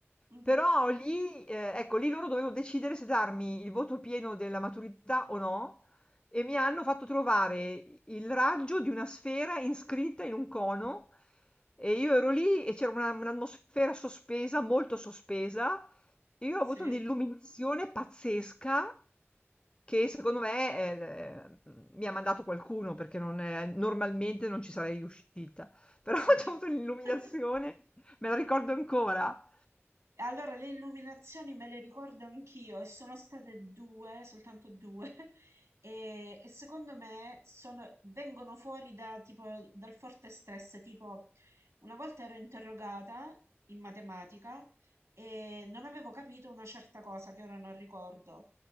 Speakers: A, on the right; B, on the left.
A: Mhm,
B: Però lì, eh, ecco, lì loro dovevano decidere se darmi il voto pieno della maturità o no, e mi hanno fatto trovare il raggio di una sfera iscritta in un cono, e io ero lì e c'era una- un'atmosfera sospesa, molto sospesa, e io
A: Sì,
B: ho avuto un'illuminazione pazzesca. Che secondo me, ehm, mhmm, mi ha mandato qualcuno perché non è normalmente non ci sarei riuscita, però
A: sì.
B: <laughs> c'ho avuto l'illuminazione,
A: <laughs>
B: me la ricordo ancora.
A: E Allora, le illuminazioni me le ricordo anch'io e sono state due, soltanto due, <laughs> e, e secondo me sono- vengono fuori da, tipo, dal forte stress. Tipo, una volta ero interrogata in matematica e non avevo capito una certa cosa che ora non ricordo,